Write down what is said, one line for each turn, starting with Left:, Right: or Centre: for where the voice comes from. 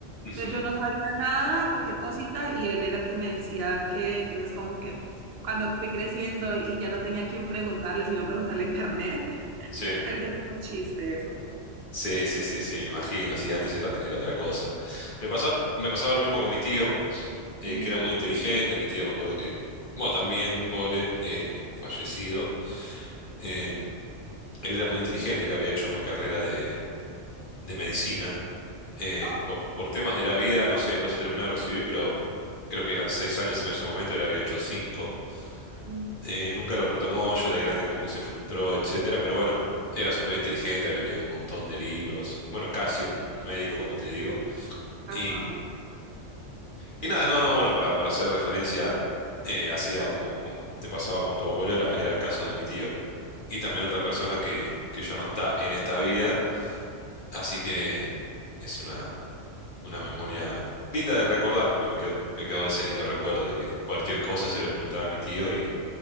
Left: ujú.
Right: Entonces yo no sabía nada, cualquier cosita, y él era el que me decía que, entonces como que cuando fui creciendo y ya no tenía a quién preguntarle, sino preguntarle a internet, <laughs>
Left: Sí.
Right: perdió como chiste eso.
Left: Sí, sí, sí, sí, me imagino. Sí, antes era, era otra cosa. Me pasaba, me pasaba lo mismo con mi tío, eh,
Right: Ujú.
Left: que era muy inteligente. Mi tío, me acuerdo que, bueno, también pobre, eh, fallecido. Eh, él era muy inteligente, él había hecho una carrera de, de medicina. Eh,
Right: Oh.
Left: por, por temas de la vida no se, no se terminó de recibir, pero creo que eran seis años en ese momento, él había hecho cinco.
Right: Ujú.
Left: Eh, nunca lo retomó, ya de grande como que se frustró, etcétera, pero bueno, era súper inteligente, había leído un montón de libros. Bueno, casi un un médico, como te digo.
Right: Ajá,
Left: Y, y nada, no, no, bueno, para, para hacer referencia, eh, hacía como, como te pasaba con tu abuelo, era, era el caso de mi tío. Y también otra persona que, que ya no está en esta vida, así que es una, una memoria linda de recordar, porque me quedó, me quedó ese lindo recuerdo de que cualquier cosa se lo preguntaba a mi tío y,